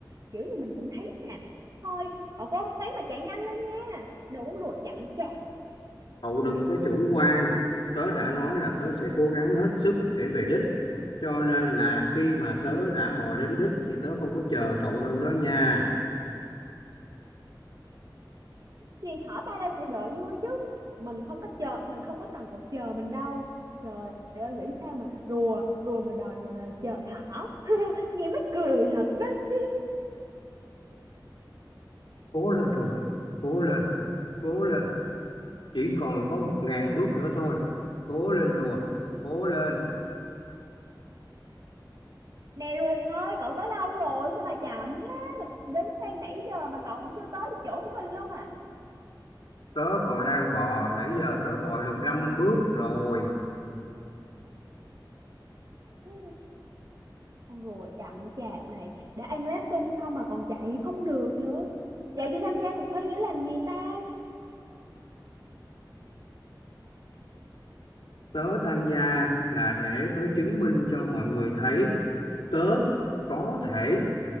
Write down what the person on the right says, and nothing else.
kiểu như mình cũng thấy à thôi cậu cố gắng mà chạy nhanh lên nha đừng có rùa chậm chạp
gì thỏ ta đây phải đợi ngươi chứ mình không có chờ mình không có cần cậu chờ mình đâu trời ơi nghĩ sao mà rùa rùa mà đòi ờ, chờ thỏ <laughs> nghe mắc cười thật đó <laughs>
nè rùa ơi cậu tới đâu rồi sao mà chậm thế mình đứng đây nãy giờ mà cậu vẫn chưa tới được chỗ của mình luôn à
Ừ, con rùa chậm chạp này đã ăn lá sung xong mà còn chạy không được nữa vậy thì tham gia cuộc thi để làm gì ta